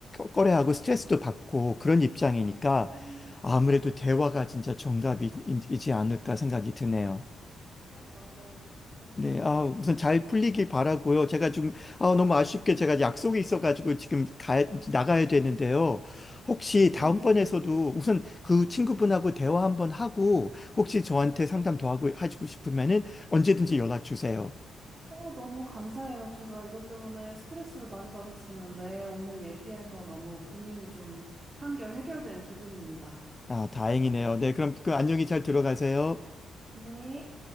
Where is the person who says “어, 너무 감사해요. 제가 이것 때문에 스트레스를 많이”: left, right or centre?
Right